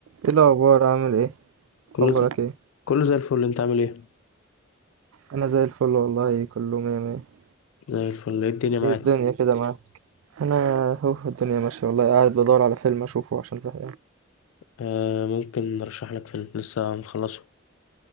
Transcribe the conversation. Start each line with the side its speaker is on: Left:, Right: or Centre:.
Right: ايه الاخبار عامل ايه
Left: كله
Right: اخبارك ايه
Left: كله زي الفل انت عامل ايه
Right: انا زي الفل والله كله مية مية
Left: زي الفل ايه الدنيا معاك
Right: ايه الدنيا كده معاك انا اهو الدنيا ماشيه والله قاعد بدور على فيلم اشوفه عشان زهقان
Left: آه ممكن نرشح لك فيلم لسه مخلصه